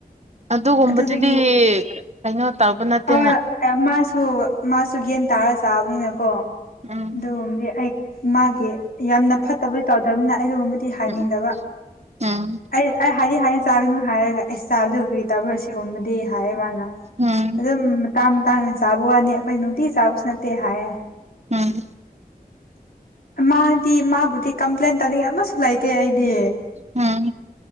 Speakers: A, on the right (about 45°); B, on the left (about 70°).
A: ꯑꯗꯨꯒꯨꯝꯕꯗꯨꯗꯤ
B: ꯑꯗꯨꯗꯒꯤ
A: ꯀꯩꯅꯣ ꯇꯧꯕ ꯅꯠꯇꯦꯅ
B: ꯍ ꯃꯥꯁꯨ ꯃꯥꯁꯨ ꯌꯦꯒꯟ ꯇꯥꯔ ꯆꯥꯕꯅꯤꯅꯀꯣ
A: ꯎꯝ
B: ꯑꯗꯨꯣ ꯑꯩ ꯃꯥꯒꯦ ꯌꯥꯝꯅ ꯐꯠꯇꯕ ꯇꯧꯗꯦ <inaudible> ꯑꯩꯨꯝꯕꯗꯤ ꯍꯥꯏꯅꯤꯡꯗꯕ
A: ꯎꯝ ꯎꯝ
B: ꯑꯩ ꯑꯩ ꯍꯥꯏꯗꯤ ꯍꯥꯏꯅ ꯇꯥꯅ ꯍꯥꯏꯦꯒ ꯏꯁꯕꯗ ꯑꯣꯏꯒ ꯕ꯭ꯔꯥ ꯁꯤꯒꯨꯝꯕꯗꯤ ꯍꯥꯏꯌꯦ ꯃꯥꯅ
A: ꯎꯝ
B: ꯑꯗꯨꯝ ꯇꯥꯡ ꯇꯥꯡꯗꯅ ꯆꯥꯕ ꯋꯥꯅꯤ ꯑꯩꯈꯣꯏ ꯅꯨꯡꯇꯤ ꯆꯥꯕꯁꯨ ꯅꯠꯇꯦ ꯍꯥꯏꯔꯦ
A: ꯎꯝ
B: ꯃꯥꯗꯤ ꯃꯥꯕꯨꯗꯤ ꯀꯝꯄ꯭ꯂꯦꯟ ꯇꯥꯅꯤꯡꯉ ꯑꯃꯁꯨ ꯂꯩꯇꯦ ꯑꯩꯗꯤ
A: ꯎꯝ